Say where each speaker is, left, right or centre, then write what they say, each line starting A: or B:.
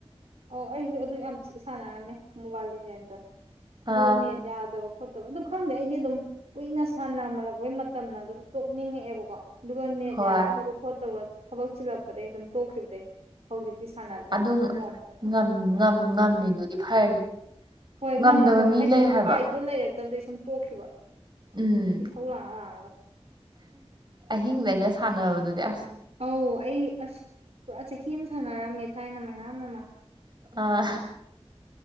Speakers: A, on the right; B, on the right.
A: ꯑꯣ ꯑꯩꯁꯨ ꯑꯗꯨ ꯌꯥꯝ ꯊꯤ ꯁꯥꯟꯅꯔꯝꯃꯦ ꯃꯣꯕꯥꯏꯜ ꯗꯤꯖꯦꯟꯗꯣ ꯑꯗꯨꯒ
B: ꯑꯥ
A: ꯅꯦꯠ ꯌꯥꯗꯕ ꯈꯣꯠꯇꯕ ꯑꯗꯨ ꯈꯪꯗꯦ ꯑꯩꯗꯤ ꯑꯗꯨꯝ ꯀꯨꯏꯅ ꯁꯥꯟꯅꯃꯜꯂꯛꯄꯩ ꯃꯇꯝꯅ ꯑꯗꯨꯝ ꯇꯣꯛꯅꯤꯡꯉꯛꯑꯦꯕꯀꯣ ꯑꯗꯨꯒ ꯅꯦꯠ
B: ꯍꯣꯏ
A: ꯌꯥꯔꯛꯇꯕ ꯈꯣꯠꯇꯕ ꯊꯕꯛ ꯆꯤꯜꯂꯛꯄꯗꯒꯤ ꯑꯗꯨꯝ ꯇꯣꯛꯈꯤꯕꯗꯩ ꯍꯧꯖꯤꯛꯇꯤ ꯁꯥꯟꯅꯗ꯭ꯔꯦ
B: ꯑꯗꯨ
A: ꯐꯣꯟ
B: ꯉꯝ ꯉꯝ ꯉꯝꯃꯤꯗꯨꯗꯤ ꯐꯔꯤ
A: ꯍꯣꯏ
B: ꯉꯝꯗꯕ
A: ꯉꯝꯕ
B: ꯃꯤ
A: ꯍꯥꯏꯁꯦ
B: ꯂꯩ ꯍꯥꯏꯕ
A: ꯎꯄꯥꯏꯗꯣ ꯂꯩꯔꯛꯇꯗꯒꯤ ꯁꯨꯝ ꯇꯣꯛꯈꯤꯕ
B: ꯎꯝ
A: ꯏꯁꯧ ꯂꯥꯡꯉ ꯂꯥꯡꯉꯒ
B: ꯑꯍꯤꯡꯗꯒ ꯁꯥꯟꯅꯕꯗꯨꯗꯤ ꯑꯁ
A: ꯑꯧ ꯑꯩ ꯑꯁ ꯄꯨꯔꯥ ꯆꯍꯤ ꯑꯃ ꯁꯥꯟꯅꯔꯝꯃꯦ ꯊꯥꯏꯅ ꯃꯌꯥꯝ ꯑꯃ
B: ꯑꯥ